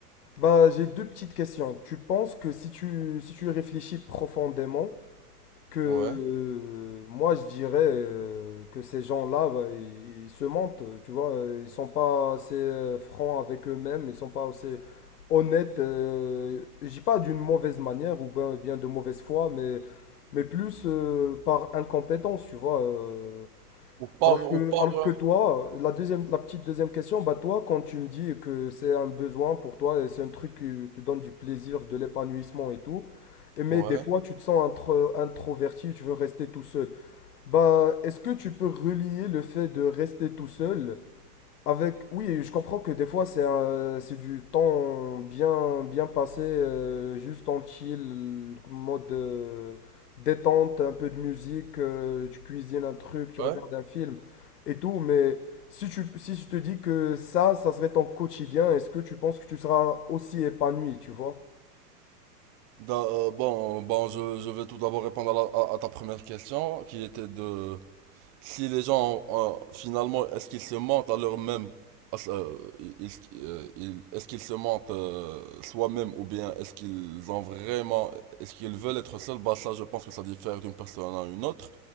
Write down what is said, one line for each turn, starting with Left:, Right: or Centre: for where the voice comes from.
Left: Bah, j'ai deux petites questions. Tu penses que si tu, si tu y réfléchis profondément, que euh,
Right: Ouais.
Left: moi je dirais euh, que ces gens-là bah, ils, ils se mentent tu vois euh, ils sont pas assez euh, francs avec eux-mêmes ils sont pas assez honnêtes euh, je dis pas d'une mauvaise manière ou ben- bien de mauvaise foi mais mais plus euh, par incompétence tu vois euh,
Right: Au part,
Left: alors que,
Right: au part,
Left: alors
Right: euh,
Left: que toi, la deuxième, la petite deuxième question, bah toi, quand tu me dis que c'est un besoin pour toi et c'est un truc qui te donne du plaisir, de l'épanouissement et tout, et mais
Right: ouais,
Left: des fois tu te sens intro- introverti, tu veux rester tout seul. Bah, est-ce que tu peux relier le fait de rester tout seul avec, oui, je comprends que des fois c'est un- c'est du temps bien bien passé, euh, juste en chill, mode euh, détente, un peu de musique, euh, tu cuisines un truc, tu
Right: ouais.
Left: regardes un film et tout. Mais si tu si je te dis que ça, ça serait ton quotidien, est-ce que tu penses que tu seras aussi épanoui, tu vois?
Right: Da- euh, bon, bon, je, je vais tout d'abord répondre à, la- à- à ta première question, qui était de si les gens, euh, finalement, est-ce qu'ils se mentent à leur même, est-ce euh, ils- est-ce qu'ils se mentent euh, soi-même ou bien est-ce qu'ils ont vraiment, est-ce qu'ils veulent être seuls? Bah ça, je pense que ça diffère d'une personne à une autre,